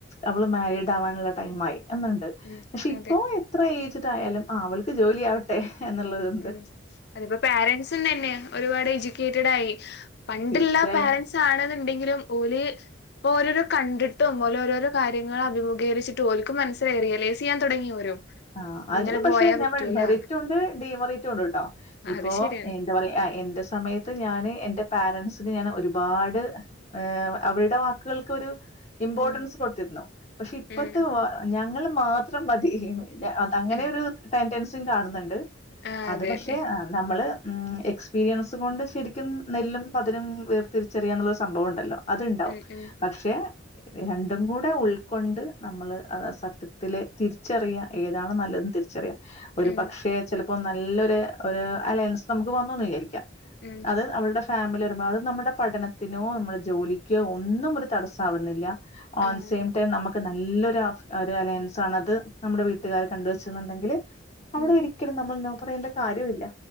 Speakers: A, on the left; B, on the left.
A: അവള് മാരീഡ് ആവാനുള്ള ടൈം ആയി എന്നുണ്ട്
B: ഉം
A: പക്ഷെ ഇപ്പോ
B: അതെ
A: എത്ര ഏയ്ജിടായാലും അവൾക്ക് ജോലിയാവട്ടെ എന്നുള്ളത്.
B: ഉം അതിപ്പോ പേരൻസും തന്നെയാ. ഒരുപാട് എജ്യൂക്കേറ്റഡ് ആയി പണ്ടുള്ള
A: തീർച്ചയായും
B: പേരൻറ്സ് ആണെന്നുണ്ടെങ്കിലും പോല് പ്പ ഓരോരോ കണ്ടിട്ടും ഓലോരോരോ കാര്യങ്ങൾ അഭിമുഖീകരിച്ചിട്ട് ഓൽക്ക് മനസിലായി റിയലൈസ് ചെയ്യാൻ തുടങ്ങി ഓരും
A: ആഹ് അതിന്
B: ഇങ്ങനെ
A: പക്ഷെ
B: പോയാ
A: ഞമ്മൾ
B: പറ്റൂല
A: മെറിറ്റും ഉണ്ട് ഡീമെറിറ്റും ഉണ്ട്. ടോ ഇപ്പോ
B: അത് ശരിയാണ്.
A: എന്താ പറയാ ആഹ് എന്റെ സമയത് ത്ത് ഞാന് എന്റെ പോരൻറ്സിന് ഞാൻ ഒരുപാട് അവരുടെ വാക്കുകൾക്കൊരു ഇമ്പോർട്ടൻസ്
B: ഉം
A: കൊടുത്തിരുന്നു പക്ഷെ ഇപ്പത്തെ
B: ഉം
A: ഞങ്ങൾ മാത്രം മതി <unintelligible> അങ്ങനെ
B: ഉം
A: ഒരു ടെന്റൻസിയും കാണുന്നുണ്ട്
B: ആഹ്
A: അത്
B: അതെ
A: പക്ഷെ
B: അതെ
A: ആഹ് നമ്മൾ എക്സ്പീരിയൻസ് കൊണ്ട് ശരിക്കും നെല്ലും പതിരും വേർതിരിച്ചറിയാനുള്ള സംഭവം ഉണ്ടല്ലോ അതുണ്ടാവും
B: ഉം ഉം
A: പക്ഷെ രണ്ടും കൂടെ ഉൾക്കൊണ്ട് നമ്മള് അത് സത്യത്തില് തിരിച്ചറിയാൻ ഏതാണ് നല്ലത് തിരിച്ചറിയാം ഒരു
B: ഉം
A: പക്ഷേ ചില ഇപ്പൊ നല്ലൊരു അലയൻസ് നമുക്ക് വന്നൂന്ന് വിചാരിക്കാം
B: ഉം
A: അത് അവൾടെ ഫാമിലി വരുമ്പോൾ അത് നമ്മുടെ പഠനത്തിനോ നമ്മുടെ ജോലിക്കോ ഒന്നും ഒരു തടസ്സമാവുന്നില്ല. ഓൺ
B: ആഹ്
A: സെയിം ടൈം നമുക്ക് നല്ലൊരു ഒരു അലയൻസ് ആണത് നമ്മടെ വീട്ടി വീട്ടുകാര് കണ്ട് വെച്ചെന്നുണ്ടെങ്കില്
B: ഉം
A: അവിടെ ഒരിക്കലും നമ്മൾ നോ പറയേണ്ട കാര്യമില്ല